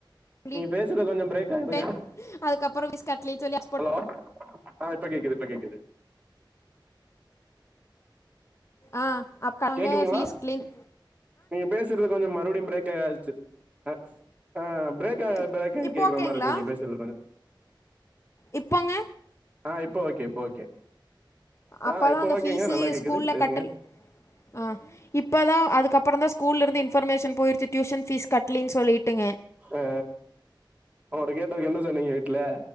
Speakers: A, on the left; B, on the right.
A: லீ
B: நீங்க பேசுறது கொஞ்சம் பிரேக் ஆகுதுங்க
A: டன் அதுக்கப்பறோ ஃபீஸ் கட்லன் சொல்லி அடி போ
B: ஹலோ ஆ இப்ப கேக்குது இப்ப கேக்குது
A: ஆ அக்காய்ங்க
B: கேக்குதுங்களா
A: ஃபீஸ் க்ளீன்
B: நீங்க பேச்றது கொஞ்சொ மறுபடியு ப்ரேக் ஆச்சு ஆ ஆ ப்ரேக் ஆ
A: இப்
B: ப்ரேக் ஆயி
A: இப்போ
B: கேக்குற
A: ஓகேங்களா
B: மார் இருக்கு நீங்க பேசுறது கொஞ்சொ
A: இப்பொங்க
B: ஆ இப்போ ஓகே இப்போ ஓகே
A: அப்ப
B: ஆ
A: தா
B: இப்ப
A: அந்த
B: ஓகேங்க
A: ஃபீஸே
B: நல்லா கேக்குது
A: ஸ்கூல்ல
B: பேசுங்க
A: கட்ட ஆ இப்போ தா அதுக்கப்பறோ தா ஸ்கூல்ல இருந்து இன்ஃபர்மேஷன் போயிடுச்சு டியூஷன்ஃபீஸ் கட்லின்னு சொல்லிட்டுங்க
B: அ அப்றோ கேட்டதுக்கு என்ன சொன்னீங்க வீட்ல